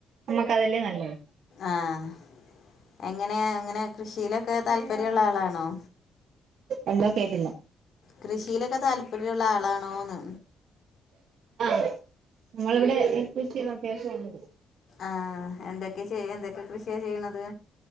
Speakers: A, on the right (about 70°); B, on the left (about 60°).
A: നമ്മുക്ക് അതെല്ലെ നല്ലത്
B: ആഹ് എങ്ങനെയ അങ്ങനെ കൃഷീലൊക്കെ താല്പര്യള്ള ആളാണോ
A: എന്തോ കേട്ടില്ല
B: കൃഷീലൊക്കെ താല്പര്യള്ള ആളാണോന്ന്
A: ആഹ് നമ്മളിവിടെ എഹ് കൃഷ്യൊക്കെ അത്യാവശ്യൊണ്ട്
B: ആഹ് എന്തൊക്കെ ചെയ്യ എന്തൊക്കെ കൃഷിയാ ചെയ്ണത്